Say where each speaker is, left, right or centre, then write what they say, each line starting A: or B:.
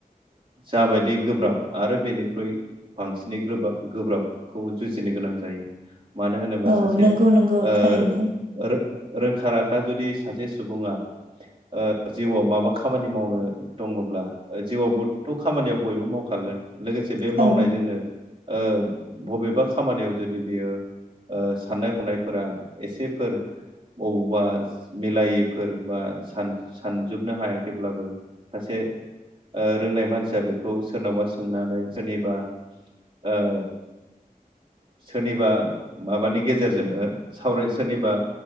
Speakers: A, on the right; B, on the right.
A: जाबायदि गोब्राब आरो बेनिख्रुइ बांसिनै गोब्राब गोब्राबखौ जुजिनो गोनां जायो। मानो होनोबा
B: औ
A: सासे
B: नंगौ नंगौ
A: ओ
B: थारैनो
A: रो-रो रोंखा राखा जुदि सासे सुबुङा ओ जिउआव माबा खामानि मावनो दङब्ला जिउआव बथ' खामानियाव बयबो मावखागोन। लोगोसे बे
B: औ
A: मावनायजोंनो ओ बबेबा खामानियाव जुदि बेयो ओ साननाय हनाय फोरा एसेफोर बबावबा मिलायैफोर बा सान सानजोबनो हायाखैब्लाबो सासे ओ रोंनाय मानसिया बेखौ सोरनावबा सोंनानै सोरनिबा ओ सोरनिबा। माबानि गेजेरजों सावराय सोरनिबा